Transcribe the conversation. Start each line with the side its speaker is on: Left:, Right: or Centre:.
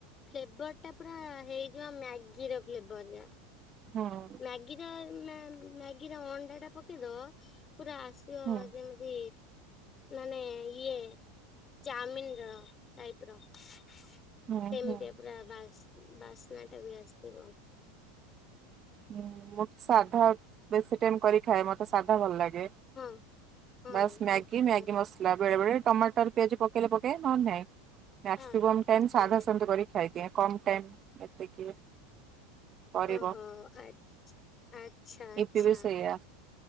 Left: ଫେଭରଟା ପୁରା ହେଇଯିବ ମ୍ୟାଗିର ଫେଭର ଟା।
Right: ହଁ।
Left: ମାଗିର ମା ମାଗିର ଅଣ୍ଡା ଟା ପକେଇଦବ ପୁରା ଆସ୍ ଯୋ
Right: ହୁଁ
Left: ଯେମିତି ମାନେ ଇଏ ଚାଉମିନିର ଟାଇପ୍ ର ସେମିତିଆ
Right: ହୁଁ ହୁଁ
Left: ପୁରା ବା ବାସ୍ନା ଟା ବି ଆସିଥିବ।
Right: ହୁଁ ମତେ ସାଧା ବେଶୀ ଟାଇମ୍ କରି ଖାଏ ମତେ ସାଧା ଭଲ ଲାଗେ।
Left: ହଁ ହଁ
Right: ବାସ୍ ମ୍ୟାଗି
Left: ଆଚ୍ଛା
Right: ମ୍ୟାଗି ମସଲା ବେଳେ ବେଳେ ଟମାଟ ତାର ପିଆଜ ପକେଇଲେ ପକାଏ ନହେନେ ନାଇଁ ମାକ୍ସିମମ୍
Left: ହଁ।
Right: ଟାଇମ୍ ସାଧା
Left: ଓ
Right: ସେମିତି କରି ଖାଇଦିଏ କମ୍ ଟାଇମ୍ ଏତେ କିଏ କରିବ
Left: ଓହୋ ଆ ଆଚ୍ଛା ଆଚ୍ଛା।
Right: ଇପି ବି ସେଇଆ